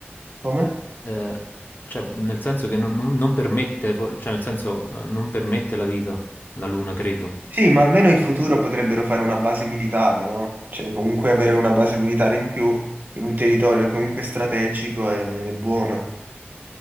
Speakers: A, on the right (about 45°); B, on the left (about 50°).
A: Come?
B: eh, cioè, nel senso che non, non- non permette, fo- cioè, nel senso, eh, non permette la vita, la Luna, credo.
A: Sì, ma almeno in futuro potrebbero fare una base militare, no? Cioè, comunque avere una base militare in più in un territorio che comunque è strategico è buono.